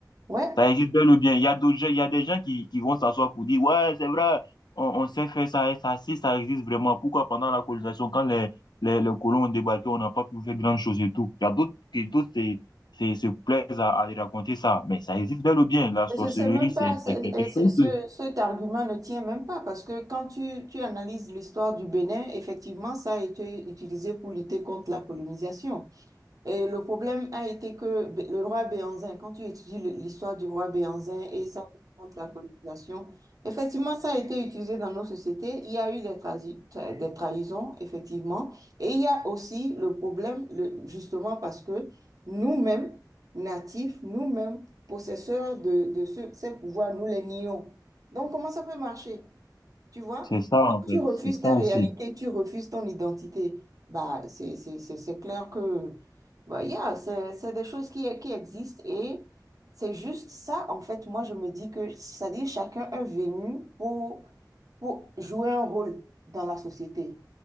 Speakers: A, on the right (about 55°); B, on the left (about 75°).
A: ouais.
B: Ça existe bel ou bien. Il y a d'autres gens, il y a des gens qui, qui vont s'asseoir pour dire, ouais, c'est vrai, on, on sait faire ça et ça, si ça existe vraiment. Pourquoi pendant la colonisation, quand les, les, les colons ont débarqué, on n'a pas pu faire grand chose et tout. Il y a d'autres qui, d'autres, se se- se plaisent à, à y raconter ça. Mais ça existe bel ou bien. La sorcellerie,
A: C'est c'est même
B: c'est,
A: pas, c'est-
B: c'est quelque
A: et
B: chose
A: c'est- ce-
B: de,
A: cet argument ne tient même pas parce que quand tu, tu analyses l'histoire du Bénin, effectivement, ça a été utilisé pour lutter contre la colonisation. Et le problème a été que B- le roi Béanzin, quand tu étudies le- l'histoire du roi Béanzin et ça contre la colonisation, effectivement, ça a été utilisé dans nos sociétés. Il y a eu des, trahi- tra- des trahisons, effectivement. Et il y a aussi le problème, le- justement, parce que nous-mêmes, natifs, nous-mêmes, possesseurs de, de ce- ces pouvoirs, nous les nions. Donc, comment ça peut marcher? Tu vois?
B: c'est ça, en fait.
A: tu refuses
B: C'est ça
A: ta
B: aussi.
A: réalité, tu refuses ton identité. Bah, c'est, c'est, c'est, c'est clair que, bah, yeah, c'est, c'est des choses qui, qui existent et c'est juste ça, en fait, moi, je me dis que, c'est-à-dire, chacun est venu pour, pour jouer un rôle dans la société.